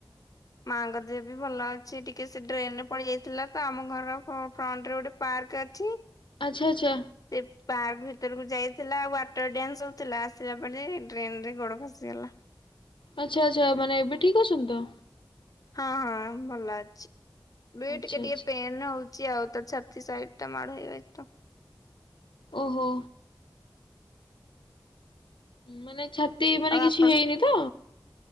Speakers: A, on the left; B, on the left.
A: ମାଙ୍କ ଦେହ ବି ଭଲ ଅଛି ଟିକେ ସେ ଡ୍ରେନ ରେ ପଡି ଯାଇଥିଲା ତ ଆମ ଘର ଫ୍ରଣ୍ଟ ରେ ଗୋଟେ ପାର୍କ ଅଛି।
B: ଆଛା ଆଛା।
A: ସେ ପାର୍କ ଭିତରକୁ ଯାଇଥିଲା ୱାଟର ଡ୍ୟାନ୍ ହେଉ ଥିଲା ଆସିଲା ବେଳେକୁ ଡ୍ରେନ୍ ରେ ଗୋଡ ଖସିଗଲା।
B: ଆଛା ଆଛା ମାନେ ଏବେ ଠିକ୍ ଅଛନ୍ତି ତ?
A: ହଁ ହଁ ଭଲ ଅଛି ବି
B: ଆଚ୍ଛା
A: ଟିକେ
B: ଆଚ୍ଛା
A: ଟିକେ ପେନ୍ ହୋଉଚି ଆଉ ତା ଛାତି ସାଇଡ ଟା ମାଡ ହେଇଯାଇଛି ତ।
B: ଓହୋ। ମାନେ ଛାତି ମାନେ
A: ଆଉ
B: କିଛି
A: ଆପଣ
B: ହେଇନି ତ?